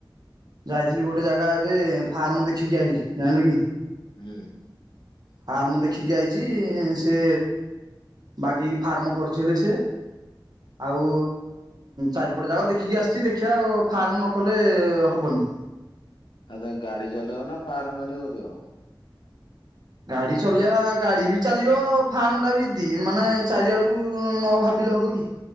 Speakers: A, on the right; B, on the left.
A: ଯାଇଥିଲି ଗୋଟେ ଜାଗା ଏବେ ଫାର୍ମ ଦେଖିକି ଆଇିଲି ଜାଣିଲ କି।
B: ହୁଁ।
A: ଫାର୍ମ ଦେଖିକି ଯାଇଛି ସେ। ବାଗେଇକି ଫାର୍ମ କରଛି ହେଲେ ସେ। ଆଉ ଚାରିପଟେ ଯାକ ଦେଖିକି ଆସିଛି। ଦେଖିବା ଆଉ ଫାର୍ମ ନକଲେ ହବନି।
B: ଆଉ ତମେ ଗାଡି ଚଲେଇବ ନା ଫାର୍ମ ଏଇଠି କରିବ?
A: ଗାଡି ଚଲେଇବା ଗାଡି ବି ଚାଲିବ ଫାର୍ମ ଟା ବିି ମାନେ ଚାରିଆଡକୁ ନ ଭାବ। ହବ କି